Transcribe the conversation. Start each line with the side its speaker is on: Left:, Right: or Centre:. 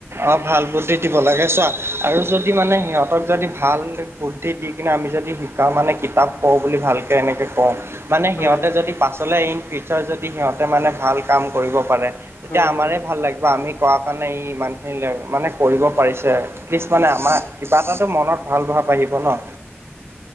Right: অ ভাল বুদ্ধি দিব লাগে চোৱা আৰু যদি মানে সিহঁতক যদি ভাল বু জাই দি কিনে আমি যদি শিকাওঁ মানে কিতাপ কওঁ বুলি ভালকৈ এনেকৈ কওঁ, মানে
Left: হয়
Right: সিহঁতে যদি পাছলৈ ইন ফিউচাৰ যদি সিহঁতে মানে ভাল কাম কৰিব পাৰে। তেতিয়া
Left: হয়
Right: আমাৰ
Left: হয়।
Right: ভাল লাগিব আমি কোৱা কাৰণে ই ইমানখিনি মানে কৰিব পাৰিছে। প্লিজ মানে
Left: হয়
Right: আমাৰ
Left: হয়
Right: কিবা এটাতো মনত ভাল ভাৱ আহিব ন।